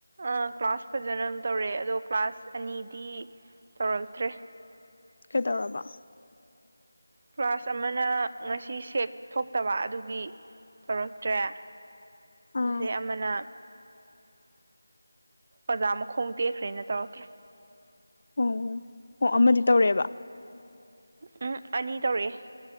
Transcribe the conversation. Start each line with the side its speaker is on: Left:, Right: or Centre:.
Right: ꯑ ꯀ꯭ꯂꯥꯁ ꯐꯖꯅ ꯑꯗꯨꯝ ꯇꯧꯔꯛꯑꯦ ꯑꯗꯣ ꯀ꯭ꯂꯥꯁ ꯑꯅꯤꯗꯤ ꯇꯧꯔꯛꯇ꯭ꯔꯦ
Left: ꯀꯩꯗꯧꯔꯕ
Right: ꯀ꯭ꯂꯥꯁ ꯑꯃꯅ ꯉꯁꯤ ꯁꯦꯛ ꯊꯣꯛꯇꯕ ꯑꯗꯨꯒꯤ ꯇꯧꯔꯛꯇ꯭ꯔꯦ
Left: ꯑꯥ
Right: ꯑꯗꯨꯗꯩ ꯑꯃꯅ ꯑꯣꯖꯥ ꯃꯈꯣꯡ ꯇꯦꯛꯈ꯭ꯔꯦꯅ ꯇꯧꯔꯛꯇ꯭ꯔꯦ
Left: ꯑꯣ ꯑꯣ ꯑꯃꯗꯤ ꯇꯧꯔꯛꯑꯦꯕ
Right: ꯎꯝꯍꯨꯛ ꯑꯅꯤ ꯇꯧꯔꯛꯑꯦ